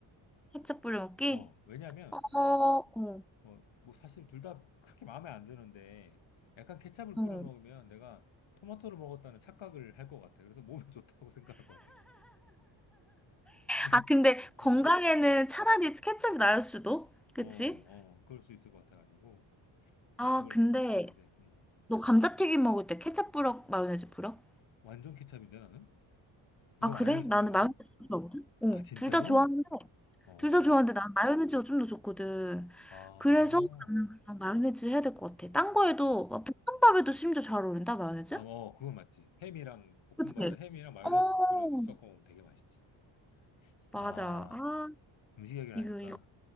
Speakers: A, in the centre; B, on the left.
A: 케첩 뿌려 먹기?
B: 어, 왜냐면,
A: 어, 어,
B: 어, 뭐 사실 둘 다 그렇게 마음에 안 드는데 약간 케찹을
A: 어.
B: 뿌려 먹으면 내가 토마토를 먹었다는 착각을 할 것 같아. 그래서 몸에 <laughs> 좋다고 생각할 것 같아. 네.
A: 아, 근데 건강에는
B: 어,
A: 차라리 케첩이 나을 수도?
B: 어,
A: 그치?
B: 어, 그럴 수 있을 것 같아가지고,
A: 아,
B: 저 그걸로
A: 근데
B: 선택할 것 같은데, 음.
A: 너 감자튀김 먹을 때 케첩 뿌려, 마요네즈 뿌려?
B: 완전 케첩인데, 나는? 너
A: 아, 그래?
B: 마요네즈
A: 나는
B: 뿌려 먹어?
A: 마요네즈 좋아하거든? 어,
B: 아, 진짜로?
A: 둘 다 좋아하는데,
B: 어,
A: 둘 다 좋아하는데 나는 마요네즈가 좀 더 좋거든.
B: 아, 어,
A: 그래서 나는 그냥 마요네즈 해야 될 것 같아. 딴 거에도, 막 볶음밥에도 심지어 잘 어울린다, 마요네즈?
B: 아, 어, 그건 맞지. 햄이랑, 볶음밥에
A: 그치?
B: 햄이랑 마요네즈
A: 어,
B: 뿌려서 섞어 먹으면 되게 맛있지. 아,
A: 맞아. 아,
B: 음식 얘기를
A: 이거,
B: 하니까
A: 이거.